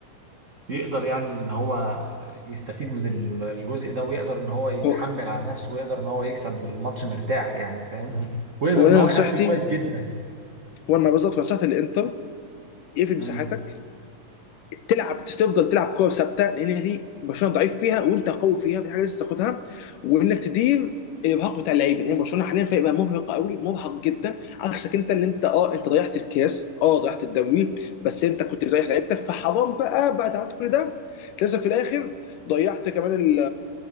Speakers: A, on the right (about 80°); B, on the left (about 75°).
A: يقدر يعني ان هو يستفيد من ال- الجزء ده ويقدر ان هو يتحمل
B: هو
A: على نفسه ويقدر ان هو يكسب الماتش مرتاح يعني فاهم ويقدر
B: هو
A: ان
B: انا
A: هو
B: نصيحتي
A: يقفل كويس جدا
B: هو ما بالظبط نصيحتي للانتر اقفل مساحاتك
A: مم.
B: تلعب تفضل تلعب كوره ثابته لان دي برشلونه ضعيف فيها وانت قوي فيها فدي حاجه لازم تاخدها وانك تدير الارهاق بتاع اللعيبه لان يعني برشلونه حاليا فريق بقى مرهق قوي مرهق جدا عكسك انت اللي انت اه انت ضيعت الكاس اه ضيعت الدوري بس انت كنت بتريح لعيبتك فحرام بقى بعد عملت كل ده للاسف في الاخر ضيعت كمان ال